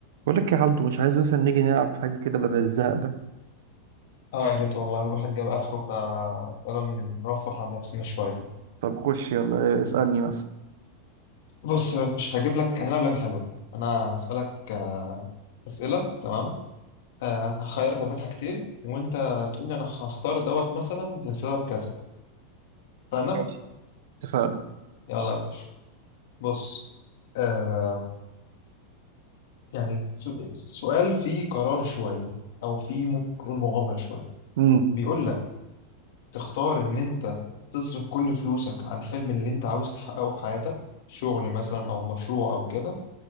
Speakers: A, on the right (about 70°); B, on the left (about 65°).
A: بقول لك يا عبدو مش عايز مثلا نيجي نلعب حاجة كده بدل الزهق ده
B: اه يا ريت والله الواحد جاب اخره فيلا نرفه عن نفسنا شويه
A: طب خش يلا إيه، اسألني مثلا
B: بص يا باشا هجيب لك انا لعب لعبه حلوه انا هسالك آه، اسئله تمام آه، هخيرك ما بين حاجتين وانت تقول لي انا هختار دوت مثلا لسبب كذا فانا
A: ماشي اتفقنا
B: يلا يا باشا بص آه يعني س- سؤال فيه قرار شويه او فيه ممكن نقول مغامره شويه
A: امم
B: بيقول لك تختار ان انت تصرف كل فلوسك على الحلم اللي انت عاوز تحققه في حياتك شغل مثلا او مشروع او كده